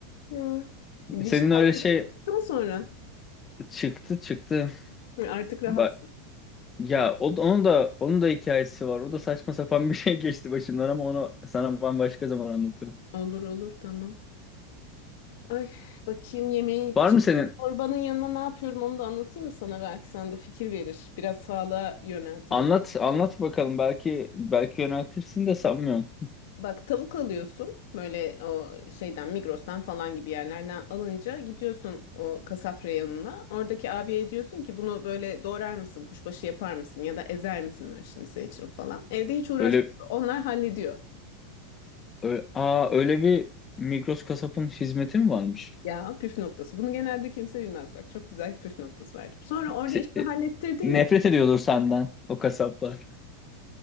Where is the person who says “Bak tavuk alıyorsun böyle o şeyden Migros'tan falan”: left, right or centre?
Left